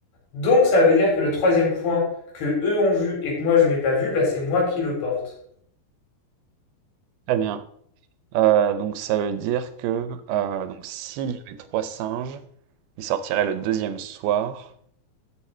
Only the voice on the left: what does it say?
Donc, ça veut dire que le troisième point que eux ont vu et que moi je n'ai pas vu, bah, c'est moi qui le porte.